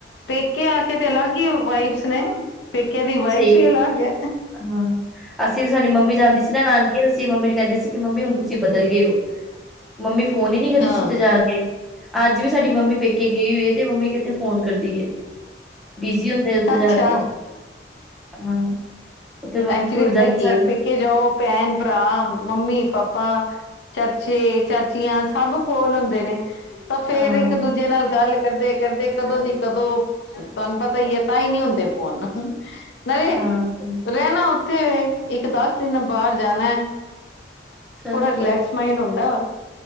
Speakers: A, on the left; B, in the centre.
A: ਪੇਕੇ ਆ ਕੇ ਤੇ ਅਲੱਗ ਹੀ ਵਾਈਬੱਸ ਨੇ। ਪੇਕਿਆ ਦੀ ਵਾਈਬੱਸ
B: ਸਹੀ
A: ਹੀ ਅਲੱਗ ਹੈ।
B: ਹਾਂ। ਅਸੀਂ ਸਾਡੀ ਮੰਮੀ ਜਾਂਦੀ ਸੀ ਨਾ ਨਾਨਕੇ। ਅਸੀ ਮੰਮੀ ਨੂੰ ਕਹਿੰਦੇ ਸੀ ਕਿ ਮੰਮੀ ਹੁਣ ਤੁਸੀਂ ਬਦਲ ਗਏ ਹੋ ਮੰਮੀ। ਫੋਨ ਹੀ ਨੀ ਕਰਦੀ
A: ਹਾਂ
B: ਸੀ ਉੱਥੇ ਜਾ ਕੇ ਅੱਜ ਵੀ ਸਾਡੀ ਮੰਮੀ ਪੇਕੇ। ਗਈ ਹੋਈ ਹੈ ਤੇ ਮੰਮੀ ਕਿਤੇ ਫੋਨ ਕਰਦੀ ਹੈ ਬਿਜੀ ਹੁੰਦੇ ਉੱਥੇ
A: ਅੱਛਾ।
B: ਜਾ ਕੇ ਹਾਂ। ਉੱਥੇ ਮੰਮੀ
A: ਐਕਚੁਲੀ
B: ਭੁੱਲ
A: ਪਤਾ
B: ਜਾਂਦੀ
A: ਤਾ ਕਿ ਪੇ।
B: ਸਾਨੂੰ
A: ਪੇਕੇ ਜਾਓ ਭੈਣ ਭਰਾ ਮੰਮੀ ਪਾਪਾ ਚਾਚੇ ਚਾਚ। ਚਾਚੀਆਂ ਸਭ ਕੋਲ ਹੁੰਦੇ ਨੇ। ਤਾਂ ਫਿਰ
B: ਹਾਂ
A: ਇੱਕ ਦੂਜੇ ਨਾਲ ਗੱਲ ਕਰਦੇ ਕਰਦੇ ਕਦੋਂ ਦੀ ਕਦੋਂ। ਤੁਹਾਨੂੰ ਪਤਾ ਹੀ ਹੈ ਤਾਂ ਹੀ ਨਹੀਂ ਹੁੰਦੇ ਫੋਨ ਨਹੀਂ।
B: ਹਾਂ ਤੇ
A: ਰਹਿਣਾ ਉੱਥੇ ਵੇ ਇੱਕ ਦਸ ਦਿਨ ਬਾਹਰ ਜਾਣਾ।
B: ਚਲੋ
A: ਥੋੜਾ ਰਿਲੈਕਸ ਮਾਈੰਡ ਹੁੰਦਾ ਹੈ।